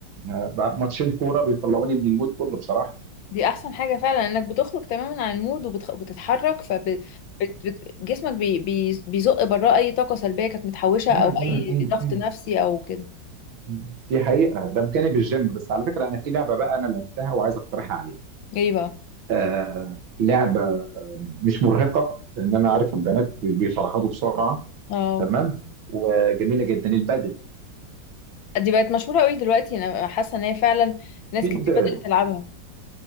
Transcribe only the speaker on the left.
دي احسن حاجة فعلا انك بتخرج تماما عن المود وبتتحرك فجسمك بي بي بيزق براه اي طاقة سلبية كانت متحوشة
او
اي ضغط
نفسي او كده
ايه بقى
اه
دي بقت مشهورة قوي دلوقتي انا حاسة ان هي فعلا ناس
كتير بدأت تلعبها